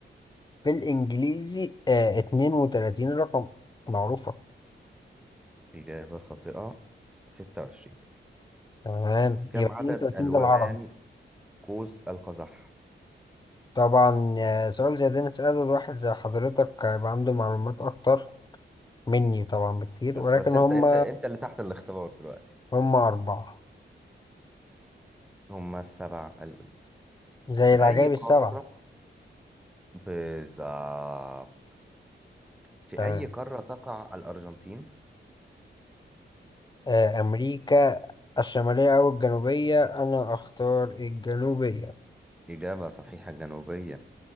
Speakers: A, on the left; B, in the centre.
A: في الإنجليزي آه 32 رقم معروفة
B: اجابه خاطئه 26
A: تمام
B: كم
A: يبقى
B: عدد
A: 32
B: الوان
A: ده العربي
B: قوس القزح
A: طبعا آه، سؤال زي ده نسأله لواحد زي حضرتك هيبقى عنده معلومات أكتر مني طبعا بكتير
B: بس
A: ولكن
B: بس انت
A: هم
B: انت انت اللي تحت الاختبار دلوقتي
A: هم أربعة
B: هما السبع الوان
A: زي
B: في
A: العجائب
B: اي قاره
A: السبعة
B: بالظبط في
A: تمام
B: اي قاره تقع الارجنتين
A: آه أمريكا الشمالية أو الجنوبية أنا أختار الجنوبية
B: اجابه صحيحه جنوبيه